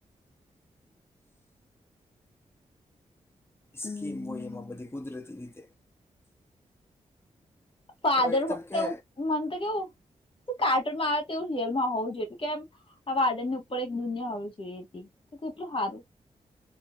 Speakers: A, on the left; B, on the left.
A: <inaudible> <unintelligible> હમ.
B: સ્કીમ હોય એમાં બધી કુદરતી રીત
A: ફાધર
B: તો કઈક
A: એવું
B: તમે કે
A: મને તો કેવું કાર્ટૂન માં આવે તેવું રિયલ માં હોવું જોઈએ તું કેમ આ વાદળની ઉપર એક દુનિયા હોવી જોઈએ તી, તો કેટલું સારું?